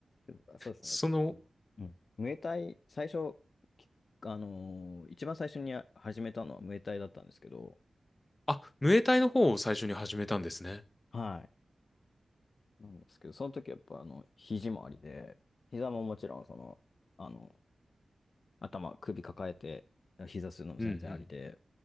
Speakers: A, on the left; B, on the left.
A: けどあそうですね。
B: その、
A: あの、うんムエタイ、最初、きあのー一番最初にや始めたのはムエタイだったんですけど、
B: あ、ムエタイの方を最初に始めたんですね。
A: はい。なんですけど、その時やっぱあの、肘もありで、膝ももちろんその、あの、頭、首抱えて、膝するのも全然ありで、
B: うんうん。